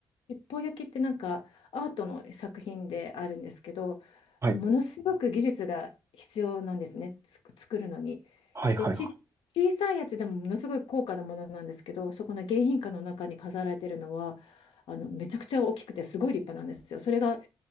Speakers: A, on the left (about 75°); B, on the right (about 30°).
A: 七宝焼きってなんかアートの作品であるんですけど、
B: はい、
A: ものすごく技術が必要なんですね、つく作るのに。
B: はい、
A: で、
B: はい。
A: ち、小さいやつでもものすごい高価なものなんですけど、そこの迎賓館の中に飾られてるのは、あのめちゃくちゃ大きくてすごい立派なんですよ。それが